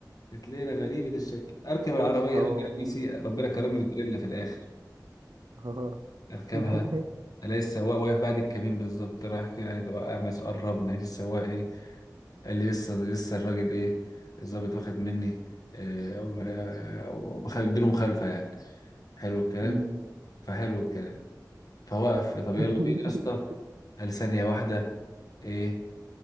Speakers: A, on the left; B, on the right.
A: كانت ليله غريبه الشكل اركب العربيه
B: اه
A: بقى حديثي ربنا كرمني بالليله في الاخر
B: اه
A: اركبها
B: <laughs>
A: أنا لسه السواق واقف بعد الكمين بالظبط رايح فين عايز اوقع مس قربنا لقيت السواق ايه قال لي لسه لسه الراجل ايه الظابط واخد مني إيه أو- أو- بخ- اديله مخالفه يعني حلو الكلام
B: أمم.
A: فحلو الكلام فوقف طب
B: <laughs>
A: يلا بينا يا اسطى قال ثانيه واحده ايه,